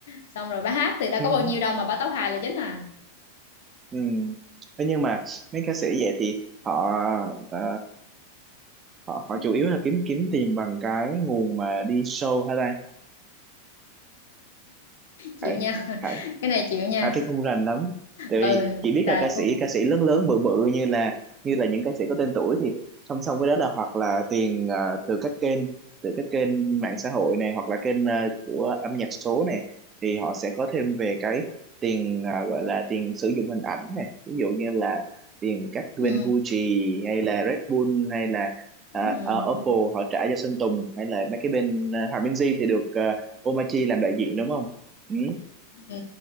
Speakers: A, on the left; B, on the right.
A: xong rồi bà hát thì đâu
B: hả
A: có bao nhiêu
B: <laughs>
A: đâu mà bà tấu hài là chính à
B: Ừ. Thế nhưng mà mấy ca sĩ vậy thì họ ờ, họ
A: ừ.
B: họ chủ yếu là kiếm kiếm tiền bằng cái nguồn mà đi show hả ta?
A: chịu
B: Phải,
A: nha <laughs>
B: phải
A: cái này chịu nha
B: Hà thì không rành lắm tại
A: ừ
B: vì chỉ biết
A: trời
B: là ca sĩ
A: cô
B: ca sĩ lớn lớn bự bự như là như là những ca sĩ có tên tuổi thì song song với đó là hoặc là tiền à, từ các kênh từ các kênh mạng xã hội này hoặc là kênh à, của âm nhạc số này thì họ sẽ có thêm về cái tiền à, gọi là tiền sử dụng hình ảnh này ví dụ như là tiền các bên
A: ừ.
B: Gucci hay là Red Bull hay là
A: Ừ.
B: à, à, Oppo họ trả cho Sơn Tùng hay là mấy cái bên à, Hòa Minzy thì được à, Omachi làm đại diện đúng không? Ừ,
A: Ừ,